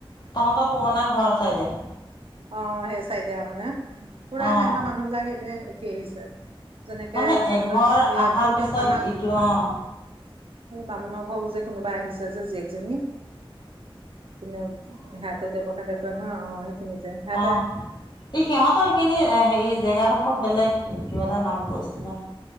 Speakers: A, on the left; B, on the right.
A: তহঁতৰ পুৰণা ঘৰ চাই দে,
B: অ' হে চাইদিয়া আ মানে পুৰা
A: অহ
B: সেন্ত মানুহ বিলাকে সেইপিনে সি আহিছে। যেনেকে
A: মানে
B: তহঁতৰ
A: এঘৰ
B: এ
A: আহাৰ
B: তহঁতক
A: পিছত
B: আমাক
A: ইটো অহ
B: স বামুণৰ ঘৰ যে, কোনোবাই আহিছে যে জীয়েকজনী কিনে হেতেতি বখ ক না অ' সেইখিনিতে সিহঁতে
A: অ' এই সিহঁতৰ খিনি হেৰি জেগাডোখৰ বেলেগ কিবা এটা নাম কৈছিলে